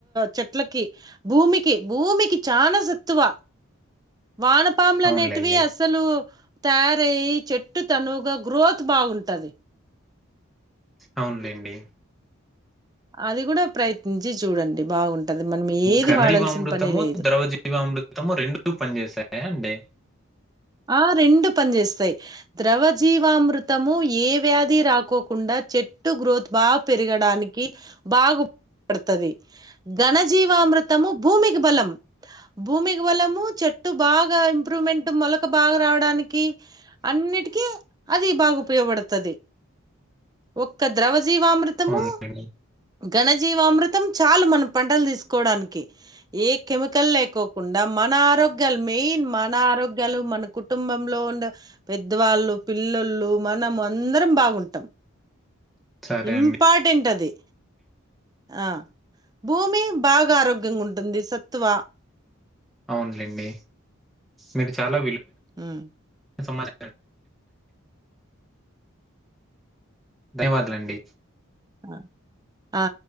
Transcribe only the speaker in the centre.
అవునులెండి.
అవునులేండి
ఘనజీవామృతము
ద్రవజీవామృతము రెండు పని చేసాయా అండి
అవునులేండి.
సరే
అండి.
అవునులేండి మీరు చాలా
సమాచ ధన్యవాదలండి